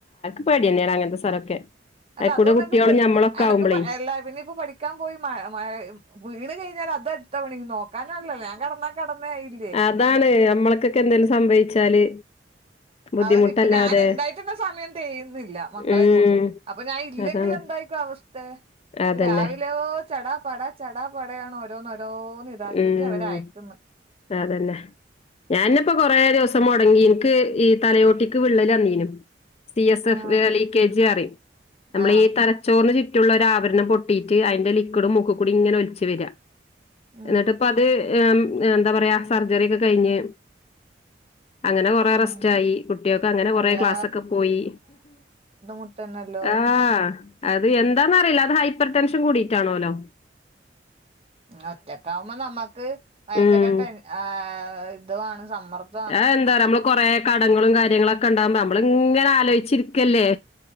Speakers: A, on the left (about 35°); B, on the right (about 35°).
A: <unintelligible> തന്നെയാണ് അങ്ങനത്തെ സ്ഥലൊക്കെ
B: അല്ല
A: അയിക്കൂടെ
B: അതുകൊണ്ട്
A: കുട്ടികളും
B: അനക്ക് പേ
A: മ്മളൊക്കെ
B: എനക്ക്
A: ആകുമ്പളേ
B: എല്ലാ പിന്നെ ഇപ്പൊ പഠിക്കാൻ പോയി <unintelligible> വീണ് കഴിഞ്ഞാൽ അത് അല്ല പണി നോക്കാനല്ലല്ലോ ഞാൻ കിടന്നാ കിടന്നയില്ലേ
A: അതാണ് നമ്മളക്കൊക്കെ എന്തേങ്കിലും സംഭവിച്ചാല് ബുദ്ധിമുട്ടല്ലാതെ
B: അതന്നെ ഇപ്പൊ ഞാൻ ഉണ്ടായിട്ടുള്ള സമയം ചെയ്യുന്നില്ല മക്കളെയും
A: ഉം
B: കൊണ്ട് അപ്പൊ ഞാൻ ഇല്ലെങ്കിൽ
A: അതാണ്
B: എന്തായിക്കും അവസ്ഥ
A: അതന്നെ
B: രാവിലൊ ചടാ പടാ ചടാ പടയാണ് ഓരോന്ന് ഓരോന്ന് ഇതാക്കിയിട്ട്
A: ഉം
B: അവര് അയക്കുന്നു
A: അതന്നെ ഞാനന്നേപ്പോൊ കൊറേ ദിവസം മുടങ്ങി എനിക്ക് ഈ തലയോട്ടിക്ക് വിള്ളൽ അന്നീനും സി എസ്
B: ആഹ്
A: എഫ് ലീക്കേജി അറും നമ്മൾ
B: ആഹ്
A: ഈ തര ചോർന്ന് ചുറ്റുള്ള ഒരു ആവരണം പൊട്ടിട്ട് അതിന്റെ ലിക്വിഡും മുക്ക കൂടി ഇങ്ങനെ ഒലിച്ച് വരിക
B: ഉം
A: എന്നിട്ട് ഇപ്പ അത് എന്താ പറയാ സർജറി ഒക്കെ കഴിഞ്ഞ് അങ്ങനെ കൊറെേ
B: ആഹ്
A: റസ്റ്റായി കുട്ടികക്കെ അങ്ങനെ കൊറെ
B: എല്ലാ
A: ക്ലാസ്സൊക്കെ പോയി
B: ന്നല്ല
A: ആ അത് എന്താന്ന അറിയില്ല അത് ഹൈപ്പർ ടെൻഷൻ കൂടിയിട്ടാണോല്ലോ
B: ഒറ്റക്കകുമ്പോ നമ്മക്ക് ഭയങ്കര
A: ഉം
B: ടെൻ ആ ഇതുാണ് സമ്മർദ്ദ
A: ആഹ്ന്താ അറിയോ നമ്മള് കുറേ കടങ്ങളും കാര്യങ്ങളും ഒക്കെ ഉണ്ടാവകുമ്പോ നമ്മളി ഇങ്ങനെ ആലോചിച്ചിരിക്കല്ലേ